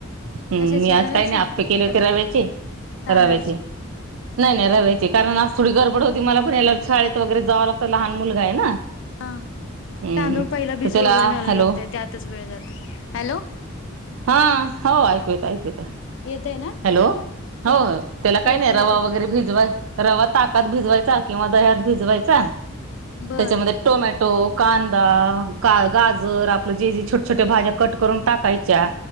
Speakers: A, on the right; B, on the left.
A: हम्म
B: कशाची
A: मी आज
B: रव्याची
A: काही नाही आपे केले
B: का
A: होते रव्याचे,
B: तांदळाची
A: रव्याचे. नाही नाही रव्याचे कारण आज थोडी गरबड होती, मला पण याला शाळेत वगैरे जावं लागतं, लहान मुलगाय ना.
B: हा
A: हम्म
B: तांदूळ पहिला भीजू
A: तर त्याला
B: वगैरे घालायला
A: हॅलो
B: लागतय, त्यातच वेळ हॅलो.
A: हा हो ऐकू येत ऐकू येत.
B: येतय ना
A: हॅलो हो
B: हे
A: त्याला काय
B: येतो
A: नाही, रवा
B: येतोय
A: वगैरे भिजवाय रवा ताकात भिजवायचा किंवा दह्यात भिजवायचा
B: बर
A: त्याच्यामध्ये टोमॅटो कांदा का गाजर आपलं जे जे छोट्या छोट्या भाज्या कट करून टाकायच्या.